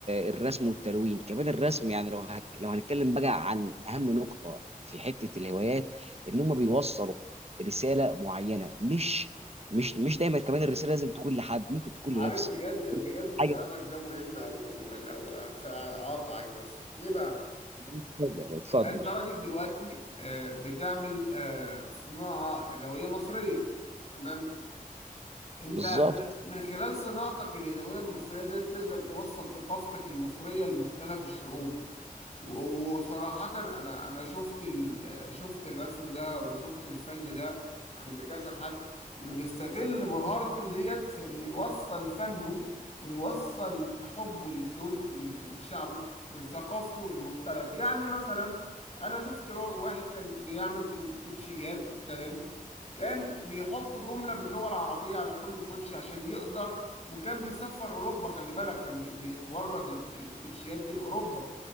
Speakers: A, on the right; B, on the left.
A: الرسم والتلوين كمان الرسم يعني لو هك... لو هنتكلم بقى عن اهم نقطه في حته الهوايات ان هم بيوصلوا رساله معينه مش مش مش دايما كمان الرساله لازم تكون لحد ممكن تكون
B: عارف
A: لنفسي
B: بجد بجد كلامك
A: حاجه
B: ده مهم قوي لو هتس- هقاطعك بس ليه بقى
A: اتفضل اتفضل
B: انت راجل دلوقتي آه، بتعمل آه، صناعة يدوية مصرية تمام انت
A: بالظبط
B: من من خلال صناعتك اليدوية المصرية دي تقدر توصل ثقافتك المصرية لمختلف الشعوب و- وصراحة أنا أنا شفت ال... شفت الرسم ده وشفت الفن ده عند كذا حد إنه بيستغل مهارته ديت في إنه يوصل فنه ويوصل حبه لدول لشعبه ولثقافته لمختلف يعني مثلا أنا شفت را- واحد كان بيعمل كو- كوتشيات تمام كان بيحط جملة باللغة العربية على كل كوتشي عشان يقدر وكان بيسفر أوروبا خلي بالك كان بي- بيورد ال- الكوتشيات دي لأوروبا